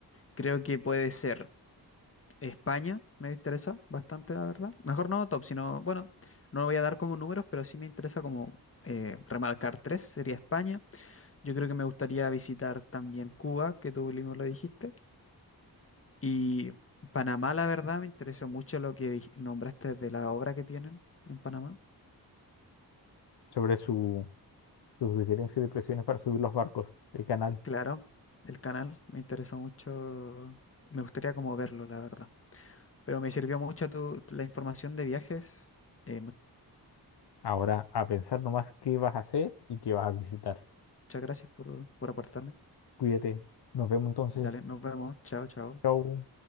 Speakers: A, on the left; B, on the left.
A: creo que puede ser España, me interesa bastante, la verdad. Mejor no top, sino, bueno, no voy a dar como números, pero sí me interesa como eh, remarcar tres, sería España. Yo creo que me gustaría visitar también Cuba, que tú mismo lo dijiste. Y Panamá, la verdad, me interesó mucho lo que dij- nombraste de la obra que tienen en Panamá.
B: sobre su, sus diferencias de presiones para subir los barcos, el canal.
A: Claro, el canal me interesó mucho. Me gustaría como verlo, la verdad. Pero me sirvió mucho tu, la información de viajes. Eh, muchas
B: Ahora a pensar nomás qué vas a hacer y qué vas a visitar.
A: gracias por, por aportarme.
B: Cuídate. Nos vemos entonces.
A: Dale, nos vemos. Chao, chao.
B: Chau.